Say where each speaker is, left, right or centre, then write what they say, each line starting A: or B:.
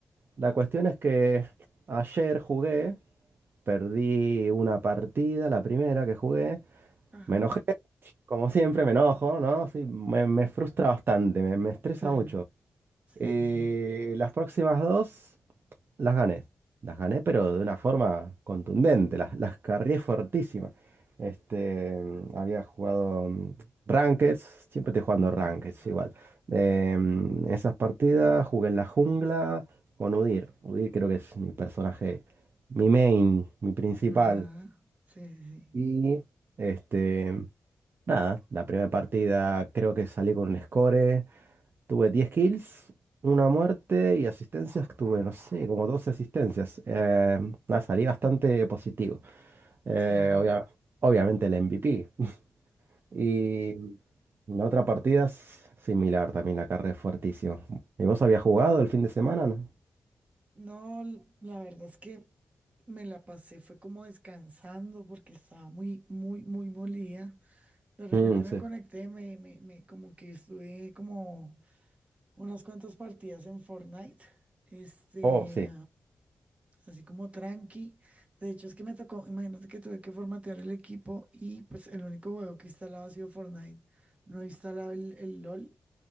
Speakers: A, on the right; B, on the right.
A: La cuestión es que ayer jugué, perdí una partida, la primera que jugué,
B: Ajá.
A: me enojé. Como siempre, me enojo, ¿no? Sí, me, me frustra bastante, me, me estresa
B: Sí,
A: mucho.
B: sí,
A: Eh,
B: sí, sí.
A: las próximas dos las gané. Las gané, pero de una forma contundente, las, las carrié fuertísima. Este, había jugado mm, Rankeds, siempre estoy jugando
B: Ujú.
A: Rankeds igual. Em, esas partidas jugué en la jungla con Udyr. Udyr creo que es mi personaje, mi main, mi principal.
B: Ajá. Sí, sí, sí.
A: Y este. Nada, la primera partida creo que salí con un score. Tuve 10 kills, una muerte y asistencias. Tuve, no sé, como 12 asistencias. Eh, nada, salí bastante positivo. Eh,
B: Sí.
A: obvia- obviamente el MVP. <laughs> Y la otra partida es similar, también la carré fuertísimo. ¿Y vos habías jugado el fin de semana, no?
B: No, l- la verdad es que me la pasé, fue como descansando porque estaba muy, muy, muy molida. De repente
A: Mm, sí.
B: me conecté, me, me, me- como que estuve como unas cuantas partidas en Fortnite. Este.
A: Oh, sí.
B: así como tranqui. De hecho, es que me tocó, imagínate que tuve que formatear el equipo y pues el único juego que instalaba ha sido Fortnite. No he instalado el, el LOL